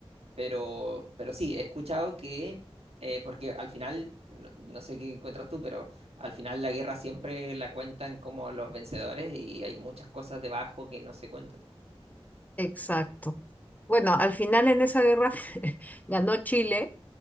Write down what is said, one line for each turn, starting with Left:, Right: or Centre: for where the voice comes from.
Right: Pero, pero sí, he escuchado que, eh, porque al final, no, no sé qué encuentras tú, pero al final la guerra siempre la cuentan como los vencedores y hay muchas cosas debajo que no se cuentan.
Left: Exacto. Bueno, al final en esa guerra <laughs> ganó Chile